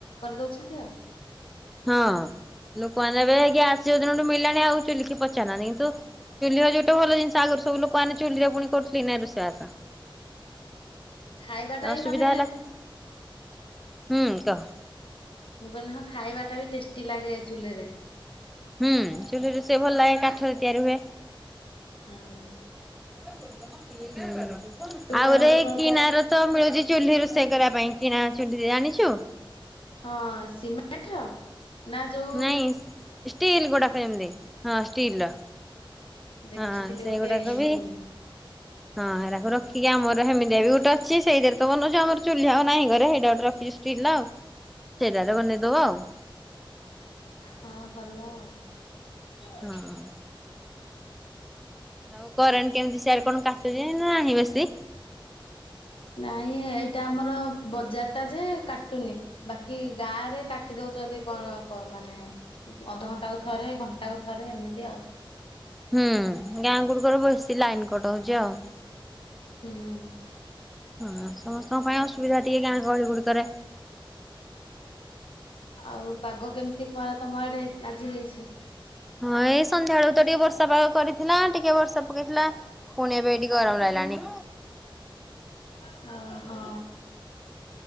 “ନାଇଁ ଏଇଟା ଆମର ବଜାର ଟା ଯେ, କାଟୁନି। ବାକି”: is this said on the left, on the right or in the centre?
Left